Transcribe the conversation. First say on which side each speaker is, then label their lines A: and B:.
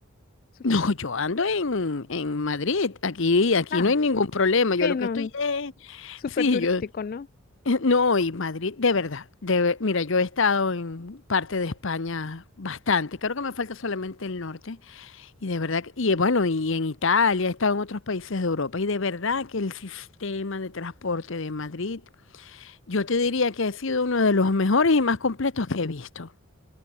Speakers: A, on the left (about 40°); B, on the left (about 55°).
A: Su-
B: No, yo ando en, en Madrid, aquí, aquí
A: Ah,
B: no hay ningún problema. Yo
A: sí,
B: lo
A: no,
B: que estoy es,
A: súper
B: sí,
A: turístico,
B: yo,
A: ¿no?
B: <laughs> no, y Madrid, de verdad, de ver- mira, yo he estado en parte de España bastante, creo que me falta solamente el norte, y de verdad, que- y eh, bueno, y en Italia, he estado en otros países de Europa, y de verdad que el sistema de transporte de Madrid, yo te diría que ha sido uno de los mejores y más completos que he visto,